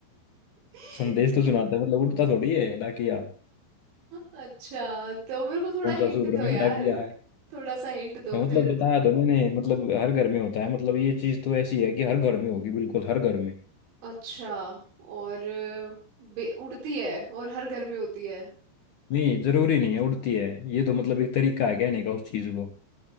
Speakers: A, on the right; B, on the left.
A: <laughs>
B: संदेश तो सुनाता है मतलब उड़ता थोड़ी है डाकिया
A: अच्छा तो मेरे को थोड़ा
B: कौन
A: हिंट
B: सा सुपरमैन
A: दो यार
B: डाकिया है
A: थोड़ा सा हिंट दो
B: हाँ, मतलब
A: फिर
B: बताया तो मैंने मतलब हर घर में होता है मतलब ये चीज तो ऐसी है कि हर घर में होगी बिल्कुल हर घर में
A: अच्छा और अ, बे- उड़ती है और हर घर में होती है
B: नहीं जरूरी नहीं है उड़ती है ये तो मतलब एक तरीका है कहने का उस चीज को